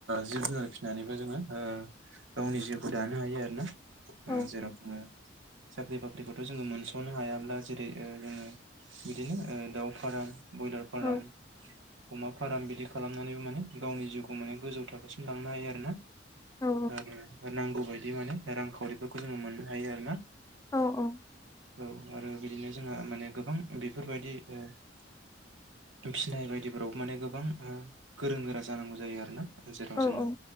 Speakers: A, on the right; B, on the left.
A: जिब जुनार फिसिनानैबो जोङो गावनि जिउखौ दानो हायो। आरो
B: औ
A: जेराव बुङो साख्रि बाख्रिखौथ' जोङो मोनस'नो हायाब्ला जेरै ओ जोङो बिदिनो ओ दाउ फार्म ब्रयलार फाराम
B: औ
A: अमा फार्म बिदि खालामनानैबो माने गावनि जिउखौ माने गोजौ थाखोसिम लांनो हायो आरो ना
B: औ
A: आरो नांगौ बायदि माने रांखावरिफोरखौ जोङो मोननो हायो आरो ना
B: औ औ
A: औ आरो बिदिनो जोंहा माने गोबां बेफोरबायदि ओ फिनायबायायदि फोराव माने गोबां ओ गोरों गोरा जानांगौ जायो आरोना जेराव
B: औ
A: जोङो
B: औ